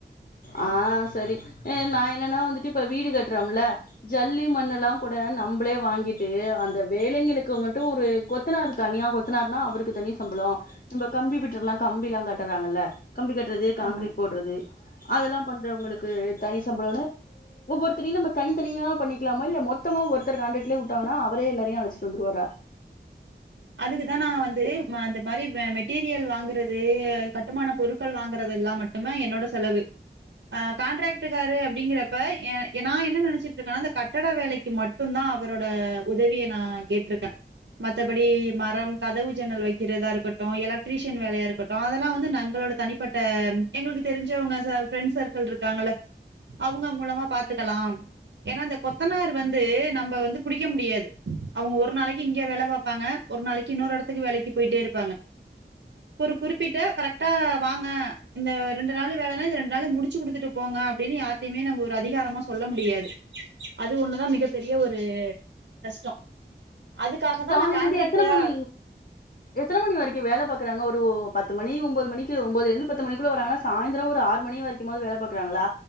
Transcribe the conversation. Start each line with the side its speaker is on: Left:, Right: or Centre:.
Left: ஆ சரி நா என்னன்னா வந்துட்டு இப்ப வீடு கட்றம்ல ஜல்லி மண்ணுல்லா கூட நம்பளே வாங்கிட்டு அந்த வேலைங்களுக்கு மட்டு ஒரு கொத்தனாரு தனியா கொத்தனாருனா அவருக்கு தனி சம்பளோ நம்ப கம்பி விட்டுருலா கம்பிலா கட்டறாங்கல்ல கம்பி கட்றது காங்கிரெட்
Right: ஆமா
Left: போட்றது அதெல்லா பண்றவங்களுக்கு தனி சம்பளனுனு ஒவ்வொருத்தரயு நம்ப தனித்தனியா பண்ணிக்கலாமா இல்ல மொத்தமா ஒருத்தர் கான்டேட்லயே உட்டாங்கனா அவரே எல்லாரையு அழச்சிட்டு வந்துருவாரா
Right: அதுக்குதா நா வந்து அந்த மாரி மெட்டீரியல் வாங்குறது கட்டுமான பொருட்கள் வாங்கறது எல்லா மட் டடும்தா என்னோட செலவு அ கான்ட்ராக்டுக்காரு அப்டிங்கறப்ப எ நா என்ன நெனச்சிட்டு இருக்கனா இந்த கட்டட வேலக்கி மட் மட்டும்தா அவரோட உதவிய நா கேட்ருக்கே மத்த அப்படி மரம் கதவு ஜன்னல் வக்கிறதா இருக்கட்டு எலக்ட்ரீஷன் வேலயா இருக்கட்டு அதெல்லா வந்து நங்களோட தனிப்பட் ட எங்களுக்கு தெரிஞ்சவுங்க ஃப்ரெண்ட்ஸ் சர்க்கள் இருக்காங்ல அவுங்க மூலமா பாத்துக்கலாம் ஏனா இந்த கொத்தனார் வந்து நம்ப வந்து புடிக்க முடியாது அவுங்க ஒரு நாளைக்கி இங்க வேல பாப் இருப்பாங்க ஒரு நாளைக்கு இன்னொரு எடத்துக்கு வேலைக்கு போயிட்டே இருப்பாங்க ஒரு குறிப்பிட்ட கரெக்ட்டா வாங்க இந்த ரெண்டு நாளு வேலைன்னா இது ரெண்டு நாள்ல முடிச்சு குடுத்துட்டு போங்க அப்பிடின்னு யார் எப்பயுமே நம்ம ஒரு அதிகாரமா சொல்ல முடியாது அது ஒண்ணுதா மிகப்பெரிய ஒரு கஷ்டோ அதுக்காக தா நா
Left: லைலருந்து
Right: கான்ட்ராக்டா
Left: எத்தன மணி எத்தன மணி வரைக்கு வேல பாக்குறாங்க ஒரு ஒ பத்து மணி ஒம்போது மணிக்கு ஒம்போதுலருந்து பத்து மணிக்குள்ள வராங்கா சாய்ந்திர ஒரு ஆறு மணி வரைக் வது வேல பாக்கறாங்களா